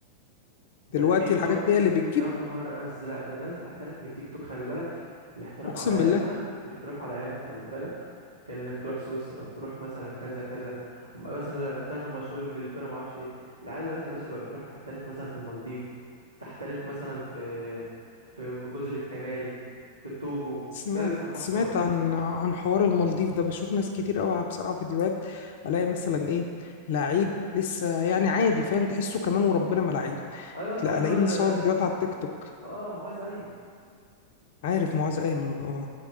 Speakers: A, on the right; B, on the left.
A: ده
B: دلوقتي
A: التيك
B: الحاجات
A: توك
B: دي هي اللي بتجيب
A: يا نهار ازرق ده الناس بتحترف من التيك توك خلي بالك الاحتراف
B: اقسم
A: على ايامنا
B: بالله
A: الاحتراف على ايامنا خلي بالك كان انك تروح سويسرا تروح مثلا كذا كذا مثلا الاحتراف المشهور انجلترا ما اعرفش ايه العيال دلوقتي يا باشا بقى بتروح تحترف مثلا في المالديف تحترف مثلا في في جزر الكناري في التوجو
B: سمعت
A: ده بيسموه
B: سمعت
A: احتراف
B: عن عن حوار المالديف ده بشوف ناس كتير قوي على- بصراحه فيديوهات الاقي مثلا ايه لعيب لسه يعني عادي فاهم تحسه كمان وربنا ما لعيب
A: ايوه انت
B: لا
A: عارف
B: الاقيه
A: الواد
B: مصور
A: ده
B: فيديوهات على التيك توك
A: اه معاذ ايمن
B: عارف معاذ ايمن اه